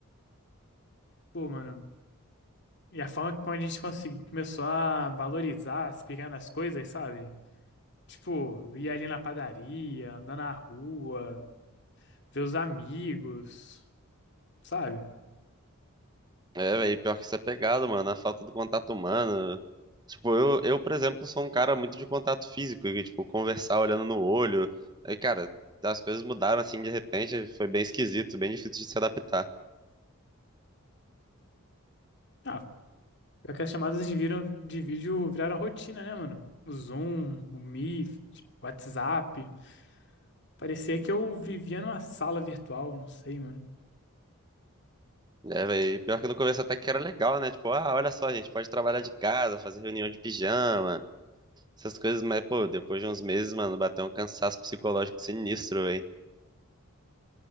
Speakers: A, on the left; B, on the right.
A: Pô, mano. E a forma como a gente consegui, começou a valorizar as pequenas coisas, sabe? Tipo, ir ali na padaria, andar na rua, ver os amigos, sabe?
B: É, velho, pior que isso é pegado, mano, a falta do contato humano. Tipo, eu, eu, por exemplo, sou um cara muito de contato físico, que, tipo, conversar olhando no olho. Aí, cara, as coisas mudaram assim de repente, foi bem esquisito, bem difícil de se adaptar.
A: Ah, é que as chamadas de, viram, de vídeo viraram rotina, né, mano? O Zoom, o Meet, o WhatsApp. Parecia que eu vivia numa sala virtual, não sei, mano.
B: É, velho. Pior que no começo até que era legal, né? Tipo, ah, olha só, a gente pode trabalhar de casa, fazer reunião de pijama, essas coisas, mas, pô, depois de uns meses, mano, bateu um cansaço psicológico sinistro, velho.